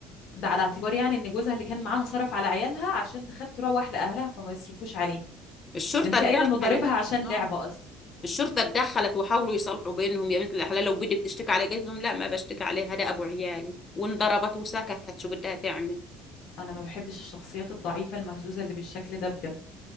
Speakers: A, on the left; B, on the left.
A: ده على اعتبار يعني ان جوزها اللي كان معاها صرف على عيالها عشان تخاف تروح لاهلها فما يصرفوش عليه
B: الشرطه
A: ده انت
B: اتدخلت
A: قايله انه ضاربها عشان
B: اه
A: لعبه اصلا
B: الشرطة اتدخلت وحاولوا يصلحوا بينهم يا بنت الحلال لو بدي بتشتكي علي قالت لهم لا ما بشتكي عليها ده أبو عيالي وانضربت وسكتت شو بدها تعمل
A: انا ما بحبش الشخصيات الضعيفه المهزوزه اللي بالشكل ده بجد